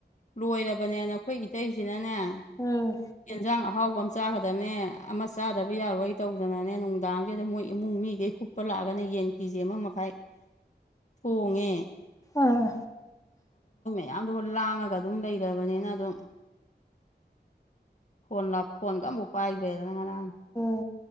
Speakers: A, on the left; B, on the left.
A: ꯂꯣꯏꯔꯕꯅꯦ ꯅꯈꯣꯏ ꯏꯇꯩꯁꯤꯅꯅꯦ ꯑꯦꯦꯟꯁꯥꯡ
B: ꯎꯝ
A: ꯑꯍꯥꯎꯕ ꯆꯥꯒꯗꯕꯅꯦ ꯑꯃ ꯆꯥꯗꯕ ꯌꯥꯔꯣꯏ ꯇꯧꯗꯅꯅꯦ ꯅꯨꯡꯗꯥꯡꯒꯤꯗ ꯃꯣꯏ ꯏꯃꯨꯡ ꯃꯤꯈꯩ ꯍꯨꯞꯄ ꯂꯥꯛꯑꯒꯅ ꯌꯦꯟ ꯀꯦꯖꯤ ꯑꯃ ꯃꯈꯥꯏ ꯊꯣꯡꯉꯦ
B: ꯑꯥ
A: ꯃꯗ ꯂꯥꯡꯉꯒ ꯑꯗꯨꯝ ꯂꯩꯔꯕꯅꯤꯅ ꯑꯗꯨꯝ ꯐꯣꯟ ꯐꯣꯟꯒ ꯑꯃꯨꯛ ꯄꯥꯏꯗ꯭ꯔꯦꯗꯅ ꯉꯔꯥꯡ
B: ꯎ